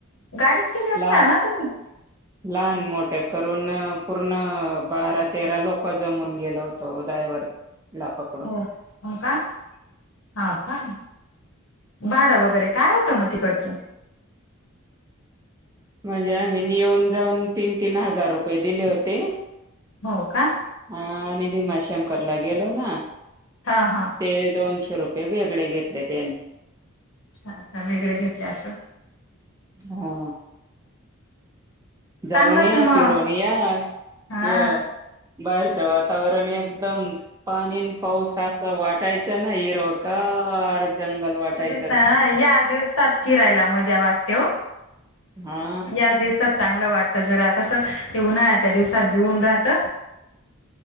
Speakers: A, on the left; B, on the right.
A: गाडीच केली असणार
B: लहान
A: ना तुम्ही
B: लहान मोठे करून पूर्ण बारा तेरा लोक जमून गेलो होतो डायवर ला पकडून
A: हो हो का हा का भाडं वगैरे काय होतं मग तिकडचं
B: म्हणजे आमी येऊन जाऊन तीन तीन हजार रुपये दिले होते
A: हो का
B: हा आणि भीमाशंकर लागेलो ना
A: हा हा.
B: ते दोनशे रुपये वेगळे घेतले त्यांनी.
A: अच्छा अच्छा वेगळे घेतले असन.
B: हा. जाऊन
A: चांगलाच
B: या
A: मग
B: फिरवून या
A: हा
B: ते. बाहेरच वातावरण एकदम. पाणीन पाऊस असा वाटायचा ना हिरोकार जंगल वाटायचं.
A: ह या दिवसात फिरायला मजा वाटते हो.
B: हा.
A: या दिवसात चांगलं वाटत जरा कसं ते उन्हाळ्याच्या दिवसात बिऊन राहत.